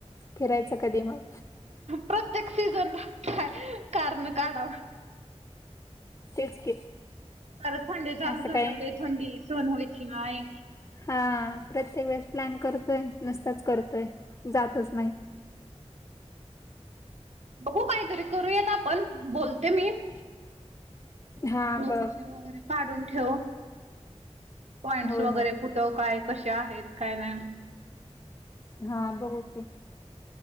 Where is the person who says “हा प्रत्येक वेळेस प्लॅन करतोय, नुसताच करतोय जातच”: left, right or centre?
Left